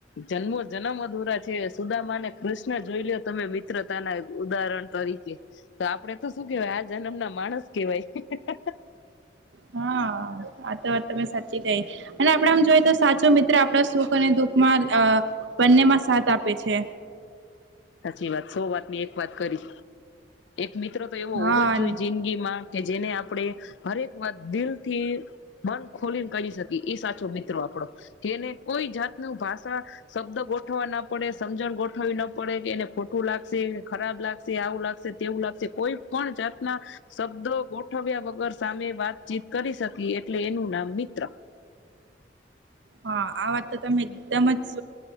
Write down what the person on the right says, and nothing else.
હા, આ તો વાત તમે સાચી કહી અને આપડે આમ જોઈ તો સાચો મિત્ર આપડા સુખ અને દુઃખમાં અ બંનેમાં સાથ આપે છે.
હા
હા, આ વાત તો તમે એકદમ જ સ